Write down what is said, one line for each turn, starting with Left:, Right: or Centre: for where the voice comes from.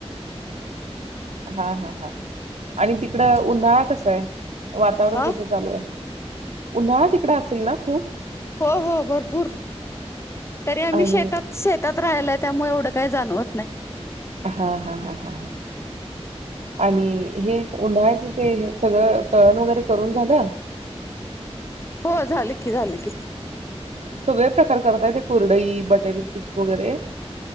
Right: हा हा हा आणि ति कड उन्हाळा कसा आहे वातावरण
Left: हा
Right: कसं चालू आहे. उन्हाळा तिकडं असेल ना खूप
Left: हो हो भरपूर तरी आम्ही
Right: आणि
Left: शेतात शेतात राहिलाय त्यामुळ एवढं काय जाणवत नाय.
Right: हा हा हा हा हा आणि हे उन्हाळ्याचं ते सगळं तळण वगैरे करून झालं
Left: हो झालं की झालं की
Right: सगळे प्रकार करताय ते कुरडई बटाटे चिप्स वगैरे.